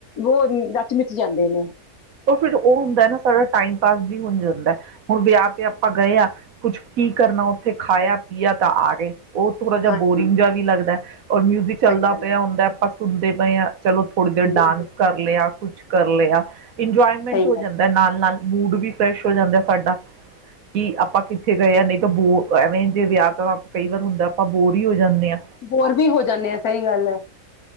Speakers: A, on the left; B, on the right.
A: ਔਰ ਰਚ ਮਿਚ ਜਾਂਦੇ ਨੇ
B: ਤੇ ਫਿਰ ਉਹ ਹੁੰਦਾ ਨਾ ਸਾਡਾ ਟਾਈਮ ਪਾਸ ਵੀ ਹੋ ਜਾਂਦਾ। ਹੁਣ ਵਿਆਹ ਤੇ ਆਪਾਂ ਗਏ ਹਾਂ ਕੁਛ ਕੀ ਕਰਨਾ ਉੱਥੇ ਖਾਇਆ ਪੀਆ ਤਾਂ ਆ ਗਏ। ਉਹ ਥੋੜਾ ਜਿਹਾ
A: ਹਾਂਜੀ,
B: ਬੋਰਿੰਗ ਜਿਆ ਵੀ ਲੱਗਦਾ, ਔਰ ਮਿਊਜ਼ਿਕ ਚਲਦਾ
A: ਸਹੀ ਗੱਲ
B: ਪਿਆ ਹੁੰਦਾ ਪਾਸੇ ਹੁੰਦੇ ਪਏ ਆ ਚਲੋ ਥੋੜ੍ਹੀ
A: ਹੈ
B: ਦੇਰ ਡਾਂਸ ਕਰ ਲਿਆ। ਕੁੱਛ ਕਰ ਲੋ ਲੇਆ ਇੰਜੌਇਮੈਂਟ
A: ਸਹੀ
B: ਹੋ
A: ਗੱਲ
B: ਜਾਂਦੈ ਨਾਲ ਨਾਲ ਮੂਡ ਵੀ ਫਰੈਸ਼ ਹੋ ਜਾਂਦਾ ਸਾਡਾ ਕਿ ਆਪਾਂ ਕਿੱਥੇ ਗਏ ਆਂ ਨਹੀਂ ਤਾਂ ਬੋ ਐਵੇਂ ਜੇ ਵਿਆਹ ਤਾਂ ਕਈ ਵਾਰ ਹੁੰਦਾ ਆਪਾਂ ਬੋਰ ਹੀ ਹੋ ਜਾਂਦੇ ਆ
A: ਬੋਰ ਵੀ ਹੋ ਜਾਨੇ ਆ ਸਹੀ ਗੱਲ ਐ